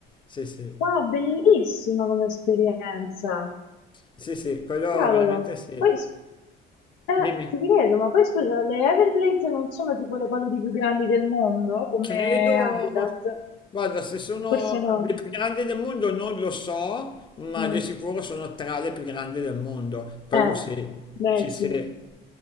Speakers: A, on the left; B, on the left.
A: sì sì
B: wow, bellissima come esperienza.
A: sì sì quello
B: Cavolo.
A: veramente sì
B: Poi, s- eh,
A: dimmi
B: ti credo, ma poi scusa, le Everglades non sono tipo le paludi più grandi del mondo come
A: Credo,
B: habitat?
A: guarda, se sono
B: Forse no.
A: le più grandi del mondo non lo so, ma
B: Mm.
A: di sicuro sono tra le più grandi del mondo. Quello
B: Eh,
A: sì,
B: beh
A: sì, sì,
B: sì. Eh,